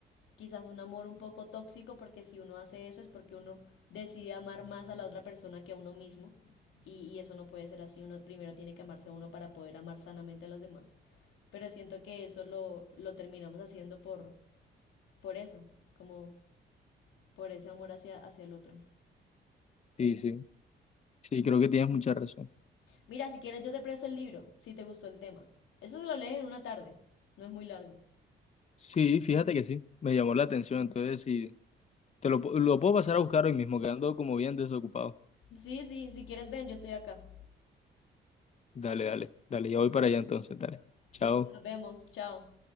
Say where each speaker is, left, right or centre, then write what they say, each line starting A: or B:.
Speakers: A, on the left; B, on the left.
A: quizás un amor un poco tóxico, porque si uno hace eso es porque uno decide amar más a la otra persona que a uno mismo, y, y eso no puede ser así, uno primero tiene que amarse a uno para poder amar sanamente a los demás, pero siento que eso lo, lo terminamos haciendo por, por eso, como por ese amor hacia, hacia el otro.
B: Sí, sí, sí, creo que tienes mucha razón.
A: Mira, si quieres yo te presto el libro, si te gustó el tema. Eso se lo lees en una tarde, no es muy largo.
B: Sí, fíjate que sí, me llamó la atención, entonces sí, te lo, pu- lo puedo pasar a buscar hoy mismo, quedando como bien desocupado.
A: Sí, sí, si quieres ven, yo estoy acá.
B: Dale, dale, dale, ya voy para allá entonces, dale. Chao.
A: Listo, nos vemos. Chao.